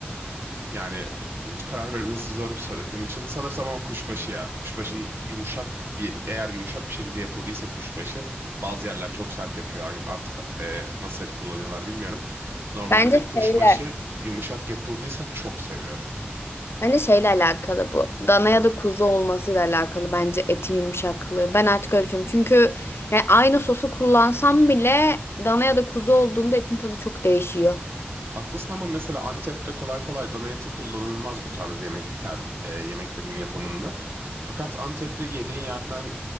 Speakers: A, on the right; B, on the left.
A: Yani karar verilmesi zor bir soru benim için. Sanırsam ama kuşbaşı ya. Kuşbaşın yumuşak bir eğer yumuşak bir şekilde yapıldıysa kuşbaşı bazı yerler çok sert yapıyor. Hangi- Artık e, nasıl et kullanıyorlar bilmiyorum. Normalde
B: Bence
A: kuşbaşı
B: şeyle,
A: yumuşak yapıldıysa çok seviyorum.
B: bence şeyle alakalı bu. Dana ya da kuzu olmasıyla alakalı bence etin yumuşaklığı. Ben artık öyle düşünüyorum. Çünkü yani aynı sosu kullansam bile dana ya da kuzu olduğunda etin tadı çok değişiyor.
A: Haklısın ama mesela Antep'te kolay kolay dana eti kullanılmaz bu tarz yemek ter- e, yemeklerin yapımında. Fakat Antep'te yediğin yerden